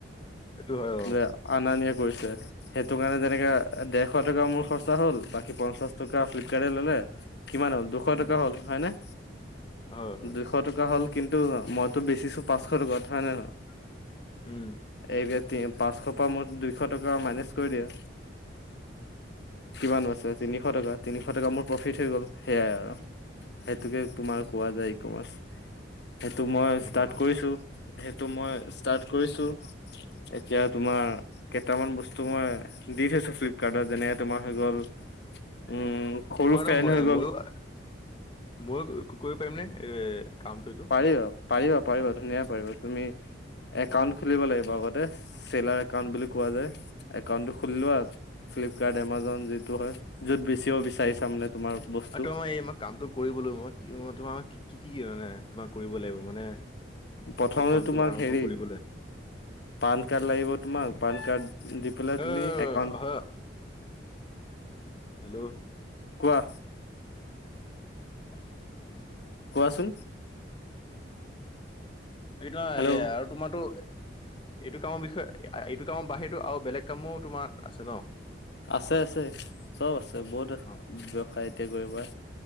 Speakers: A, on the left (about 25°); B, on the left (about 65°).
A: সেইটো হয় অ
B: যে অনা নিয়া কৰিছে, সেইটো কাৰণে যেনেকে দেৰশ টকা মোৰ খৰচা হ'ল। বাকী পঞ্চাশ টকা ফ্লিপকাৰ্টে ললে, কিমান হ'ল দুশ
A: উম
B: টকা হ'ল হয়নে?
A: হয় হয়
B: দুইশ টকা হ'ল কিন্তু মইতো বেচিছো পাঁচশ টকাত হয়ে নে নহয়?
A: উম।
B: এই <unintelligible> পাঁচশ পৰা মোৰ দুইশ টকা মাইনাচ কৰি দিয়া। কিমান বাছে তিনিশ টকা, তিনিশ টকা মোৰ প্ৰফিট হৈ গ'ল সেইয়াই আৰু। সেইটোকে তোমাৰ কোৱা যায় ইকমাৰ্চ। সেইটো মই
A: তেনেকা
B: ষ্টাৰ্ট
A: ন
B: কৰিছোঁ। সেইটো মই ষ্টাৰ্ট কৰিছোঁ। এতিয়া তোমাৰ কেইটামান বস্তু মই দি থৈছো ফ্লিপকাৰ্টত, যেনেতে তোমাৰ হৈ গ'ল উম সৰু
A: তোমাৰোতো
B: ফেন
A: মই
B: হৈ গ'ল
A: ময়ো ময়ো কৰিব পাৰিম নে এই কামটো এইটো?
B: পাৰিব পাৰিবা পাৰিবা ধুনীয়াকে পাৰিবে। তুমি একাউণ্ট খুলিব লাগিব আগতে, চেলাৰ একাউণ্ট বুলি কোৱা যায়। একাউণ্টটো খুলি লোৱা। ফ্লিপকাৰ্ট, এমাজন যিটো হয়, য'ত বেচিব বিচাৰিছা মানে তোমাৰ বস্তু
A: তোমাৰ এই মই কামটো কৰিবলৈ মই তোমাৰ কি কি কি মানে তোমাক কৰিব লাগিব মানে
B: প্ৰথমতে
A: এই কামটো
B: তোমাক
A: আৰম্ভ
B: হেৰি
A: কৰিবলৈ
B: পান কাৰ্ড লাগিব তোমাক, পান কাৰ্ড দি পেলাই
A: অ
B: তুমি একাউণ্ট
A: হয় হেল্ল'।
B: কোৱা।
A: <unintelligible>
B: কোৱাচোন।
A: বাকী তোমাৰ
B: হেল্ল'
A: এই আৰু তোমাৰতো, এইটো কামৰ বিষয়ে <unintelligible> এইটো কামৰ বাহিৰেতো আৰু বেলেগ কামো তোমাৰ আছে ন?
B: আছে আছে, চব আছে বহুত আছে
A: অ
B: ব্যৱসায় এতিয়া কৰিব পৰা।